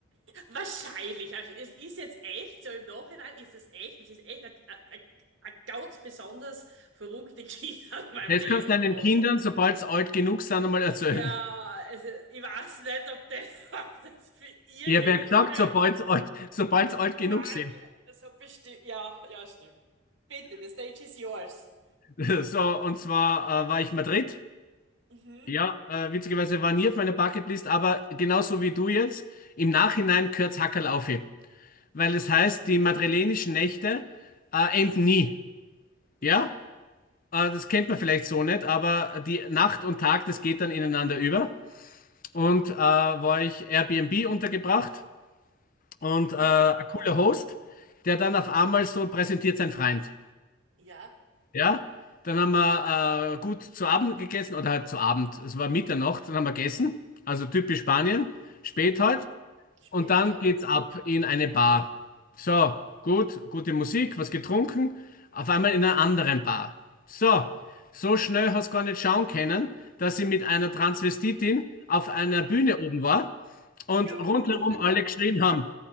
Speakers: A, on the right (about 65°); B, on the left (about 45°).
A: wahrscheinlich. Also es ist jetzt echt, so im Nachhinein ist es echt, es ist echt eine ganz besonders verrückte <laughs> Geschichte in meinem
B: Das
A: Leben
B: kannst du deinen
A: und
B: Kindern, sobald sie alt genug sind, einmal erzählen.
A: Ja, also ich weiß nicht, ob das, <laughs> ob das für irgendwelche
B: Ich habe ja gesagt, sobald sie alt, sobald sie alt
A: Ohren
B: genug sind.
A: so bestimmt. Ja, ja, stimmt. Bitte, the stage is yours.
B: <laughs> So, und zwar äh, war ich Madrid.
A: Mhm.
B: Ja, äh, witzigerweise war nie auf meiner Bucketlist, aber genauso wie du jetzt, im Nachhinein gehört's Hackerl auf. Weil es heißt, die madrilenischen Nächte äh, enden nie.
A: Ja.
B: Ja, äh, das kennt man vielleicht so nicht, aber die Nacht und Tag, das geht dann ineinander über. Und äh, war ich Airbnb untergebracht und
A: Mhm.
B: äh, ein cooler Host, der dann auf einmal so präsentiert sein Freund.
A: Ja.
B: Ja, dann haben wir äh, gut zu Abend gegessen oder halt zu Abend. Es war Mitternacht, dann haben wir gegessen. Also typisch Spanien, spät
A: Mhm.
B: halt.
A: Spät,
B: Und dann
A: ja.
B: geht's ab in eine Bar. So, gut, gute Musik, was getrunken. Auf einmal in einer anderen Bar. So, so schnell hast du gar nicht schauen können, dass sie mit einer Transvestitin auf einer
A: Nein.
B: Bühne oben war und
A: Juhu.
B: rundherum alle geschrien haben: